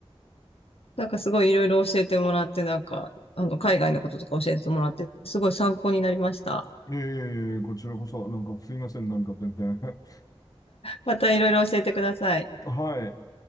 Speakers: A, on the left (about 65°); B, on the left (about 35°).
A: なんかすごいいろいろ教えてもらって、なんか、あの、海外のこととか教えてもらって、すごい参考になりました。
B: いえいえいえ、こちらこそ、なんかすいません、なんか全然。
A: またいろいろ教えてください。
B: <laughs> はい。